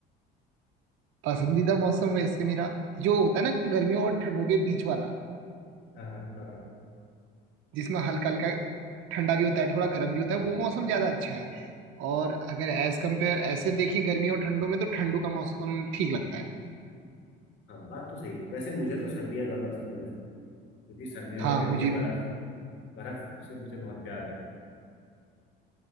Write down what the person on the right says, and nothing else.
पसंदीदा मौसम वैसे मेरा जो होता है ना गर्मियों और ठंडों के बीच वाला
जिसमें हल्का हल्का ठंडा भी होता है थोड़ा गर्म भी होता है वो मौसम ज्यादा अच्छा है और अगर एज कंपेयर ऐसे देखें गर्मी और ठंडों में तो ठंडों का मौसम ठीक लगता है
हाँ
मुझे
भी